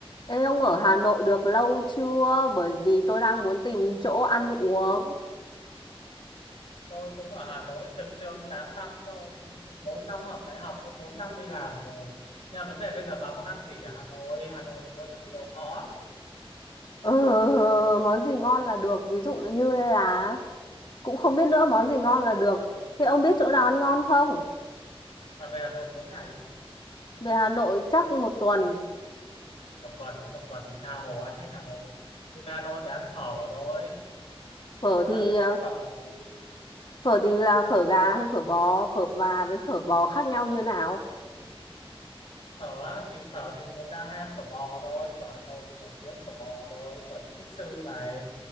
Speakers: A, on the left; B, on the left.
A: Ê ông ở Hà Nội được lâu chưa? Bởi vì tôi đang muốn tìm chỗ ăn uống.
B: tôi cũng ở Hà Nội sướng sướng 8 năm thôi 4 năm học đại học với 4 năm đi làm rồi nhưng mà vấn đề bây giờ bà muốn ăn gì ở Hà Nội Hà Nội thì có rất nhiều món
A: Ừ, <laughs> món gì ngon là được. Ví dụ như là cũng không biết nữa món gì ngon là được. Thế ông biết chỗ nào ăn ngon không?
B: bà về Hà Nội mấy ngày
A: Về Hà Nội chắc một tuần.
B: một tuần á, một tuần thì tha hồ ăn hết Hà Nội thì về Hà Nội phải ăn phở rồi
A: Phở
B: bà
A: thì
B: thích ăn
A: ờ,
B: phở thì
A: phở thì là
B: thì có
A: phở
B: phở
A: gà hay phở bò, phở và với phở bò khác nhau như nào?
B: phở á, thì phở thì người ta hay ăn phở bò thôi phở Hà Nội thì nổi tiếng phở bò rồi phở những quốc sư này